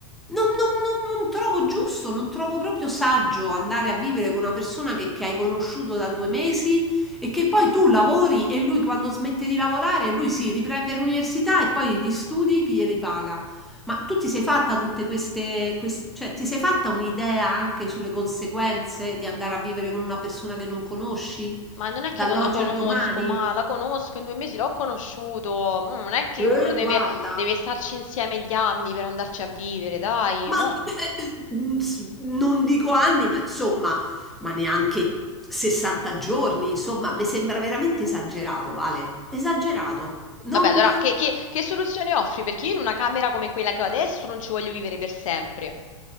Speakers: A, in the centre; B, on the left.
A: Non, non- non- non trovo giusto, non trovo proprio saggio andare a vivere con una persona che, che hai conosciuto da due mesi e che poi tu lavori e lui quando smette di lavorare, lui si riprende l'università e poi gli studi chi glieli paga. Ma tu ti sei fatta tutte queste, quest- cioè ti sei fatta un'idea anche sulle conseguenze di andare a vivere con una persona che non conosci Ma
B: Ma non è che
A: dall'oggi
B: non la conosco,
A: al domani?
B: ma la conosco, in due mesi l'ho conosciuto. Mo non è che uno
A: Eh,
B: deve,
A: guarda,
B: deve starci insieme gli anni per andarci a vivere, dai.
A: ma
B: Mo.
A: eh, eh, mm, s- non dico anni, ma insomma, ma neanche 60 giorni, insomma, mi sembra veramente esagerato, Vale, esagerato. Non...
B: Vabbè, allora, che, che- che soluzione offri? Perché io in una camera come quella che ho adesso non ci voglio vivere per sempre.